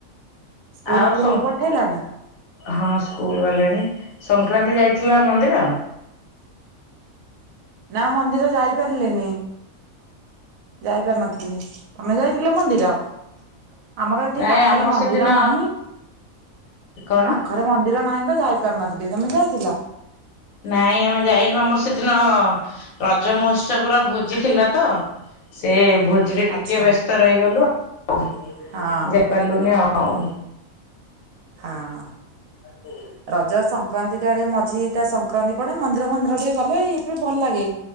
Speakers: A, on the right; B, on the left.
A: ସ୍କୁଲ
B: ଆଉ
A: ଫୁଲ
B: ସଂ
A: କୁ ପଠେଇଲଣି?
B: ହଁ ସ୍କୁଲ ଗଲେଣି, ସଂକ୍ରାନ୍ତି ଯାଇଥିଲ ଆ ମନ୍ଦିର?
A: ନା ମନ୍ଦିର ଯାଇପାରିଲିନି। ଯାଇପାରିନଥିଲି, ତମେ ଯାଇଥିଲ ମନ୍ଦିର? ଆମର ଏଠି
B: ନାଇଁ
A: ପାଖରେ
B: ଆମର
A: ମନ୍ଦିର
B: ସେଦିନ
A: ନାହିଁ,
B: କଣ?
A: ପାଖ ପାଖ ରେ ମନ୍ଦିର ନାହିଁ ତ, ଯାଇପାରିନଥିଲି, ତମେ ଯାଇଥିଲ?
B: ନାଇଁ ଆମେ ଯାଇନୁ, ଆମର ସେଦିନ, ରଜ ମହୋତ୍ସବ ର ଭୋଜି ଥିଲା ତ ସେ ଭୋଜିରେ ଟିକେ
A: ଆଚ୍ଛା
B: ବ୍ୟସ୍ତ ରହିଗଲୁ ଆଉ,
A: ହଁ
B: ପାରିଲୁନି ଆଉ।
A: ହଁ
B: ହୁଁ?
A: ରଜ ସଂକ୍ରାନ୍ତି ଟାଡେ ମଝି ଟା ସଂକ୍ରାନ୍ତି ପଡେ, ମନ୍ଦିର ମନ୍ଦିର ଟିକେ ଗଲେ, ଇଏଫିଏ ଭଲ ଲାଗେ।